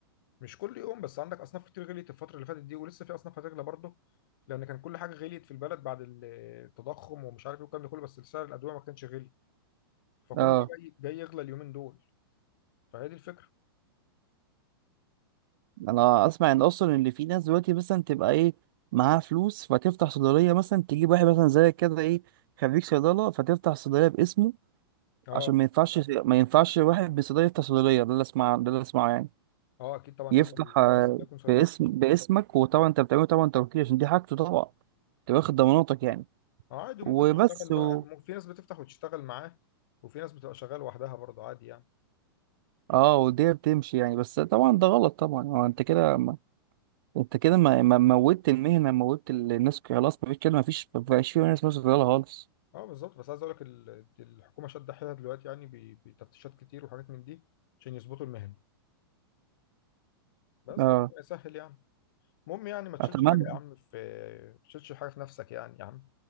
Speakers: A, on the left (about 60°); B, on the right (about 60°).
A: مش كل يوم بس عندك اصناف كتير غليت الفتره اللي فاتت دي ولسه في اصناف هتغلى برضه لان كان كل حاجه غليت في البلد بعد التضخم ومش عارف ايه والكلام ده كله بس سعر الادويه ما كانش غلي فكله
B: اه
A: بقى جاي جاي يغلى اليومين دول فهي دي الفكره
B: انا اسمع ان اصلا اللي في ناس دلوقتي مثلا تبقى ايه معاها فلوس فتفتح صيدليه مثلا تجيب واحد مثلا زي كده ايه خريج صيدله فتفتح صيدليه باسمه
A: اه
B: عشان ما ينفعش ما ينفعش واحد بصيدليه يفتح صيدليه ده اللي اسمع ده اللي اسمعه يعني
A: اه اكيد طبعا
B: يفتح
A: لازم اللي
B: آه،
A: في ناس ده يكون صيدلي
B: باسم باسمك وطبعا انت بتعمله طبعا توكيل عشان دي حاجته طبعا تبقى واخد ضماناتك يعني
A: اه عادي وممكن
B: وبس
A: تشتغل بقى
B: و...
A: مم- في ناس بتفتح وتشتغل معاه وفي ناس بتبقى شغاله لوحدها برضه عادي يعني
B: اه والدنيا بتمشي يعني بس طبعا ده غلط طبعا هو انت كده ما... انت كده ما... ما موتت المهنه موتت الناس خلاص مفيش كده مفيش مفيش فيه ناس مثلا خالص
A: اه بالظبط بس عايز اقول لك ال- الحكومه شادة حيلها دلوقتي يعني ب- بتفتيشات كتير وحاجات من دي عشان يظبطوا المهنه بس
B: اه
A: فربنا يسهل يعني المهم يعني ما تشيلش
B: اتمنى
A: حاجه يا عم في ما تشيلش حاجه في نفسك يعني يا عم